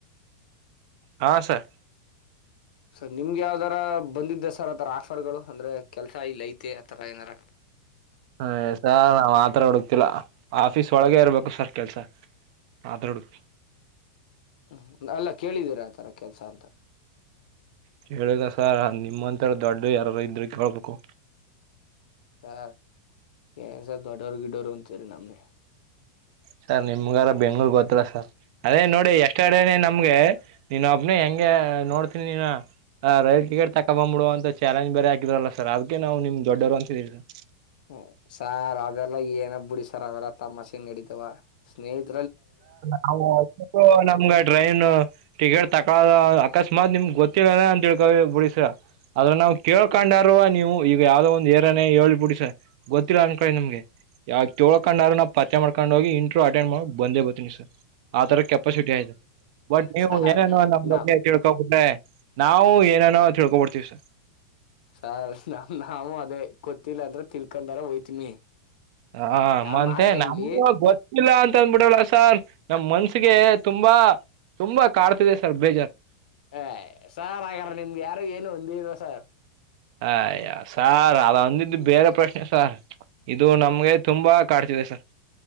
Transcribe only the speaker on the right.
ಹಾ ಸರ್
ಹ ಸ ನಾವ್ ಮಾತ್ರ ಹುಡುಕ್ತಿಲ್ಲ ಆಫೀಸ್ ಒಳಗ ಇರ್ಬೇಕು ಸರ್ ಕೆಲ್ಸ ಮಾತ್ರ ಹುಡುಕ್ತಿ
ಕೇಳಿಲ್ಲ ಸಾರ್ ನಿಮ್ಮಂಂತರ ದೊಡ್ಡ ಯಾರಾರ ಇದ್ರೂ ಕೇೇಳಳ್ಬೇಕು
ಸರ್ ನಿಮ್ಗಾರ ಬೆಂಗ್ಳೂರ್ ಗೊತ್ತಿಲ್ಲ ಸರ್ ಅದೇ ನೋಡಿ ಎಷ್ಟ ಅಡೆನೆ ನಮ್ಗೆ ನೀನ್ ಒಪ್ನ ಹೆಂಗ ನೋಡ್ತೀನಿ ನೀ ರೈಲ್ ಟಿಕೆಟ್ ತಕೊ ಬಂದ್ಬಿಡುುವ ಅಂತ ಚಾಲೆಂಜ್ ಬೇರೆ ಹಾಕಿದ್ರಲ್ಲ ಸರ್ ಅದಕ ನಾವು ನಿಮ್ ದೊಡ್ಡವರು ಅಂತಿದೀವಿ ಸರ್
ನಾವು ನಮ್ಗ ಟ್ರೈನ್ ಟಿಕೆಟ್ ತಕಳ ಅಕಸ್ಮಾತ್ ನಿಮ್ಗೆ ಗೊತ್ತಿಲ್ಲ ಅಂತಳ್ಕ ಬಿಡಿ ಸರ್ ಆದ್ರ ನಾವು ಕೇಳ್ಕೊಂಡಾರ ನೀವು ಈಗ ಯಾವ್ದೋ ಒಂದು ಏರನೆೇ ಹೇಳಿ ಬಿಡಿ ಸರ್ ಗೊತ್ತಿಲ್ಲ ಅನ್ಕಿ ನಿಮ್ಗೆ ಯಾವ ಕೇಳ್ಕೊಂಡ್ರು ನಾವು ಪತ್ತೆ ಮಾಡ್ಕೊಂಡ್ ಹೋಗಿ ಇಂಟ್ರ್ ಅಟೆಂಡ್ ಮಾಡ ಬಂದೇ ಬತ್ತ ನೀ ಸರ್ ಆದರ ಕೆಪಾಸಿಟಿ ಆಯ್ತು ಬಟ್ ನೀವು
ಏನೇನುೋ ನಮ್
ಬಗ್ಗೆ ತಿಳ್ಕೋಬುದ್ರೆ ನಾವು ಏನನೋ ತಿಳ್ಕೊಬಡ್ತೀವಿ ಸ
ಹ
ಮಂತೆ
ನ ಗೊ ಲ್ಲ ಅಂತ ಅಂದ್ಬಿಡಲ್ಲ ಸರ್ ನಮ್ ಮನ್ಸಗೆ ತುಂಬಾ ತುಂಬಾ ಕಾಡ್ತದೆ ಸರ್ ಬೇಜಾರ್ು
ಅಯ್ಯೋ ಸಾರ್ ಆದಂದಿದ್ದು ಬೇರೆ ಪ್ರಶ್ನೆ ಸಾರ್ ಇದು ನಮ್ಗೆ ತುಂಬಾ ಕಾಡ್ತಿದೆ ಸರ್.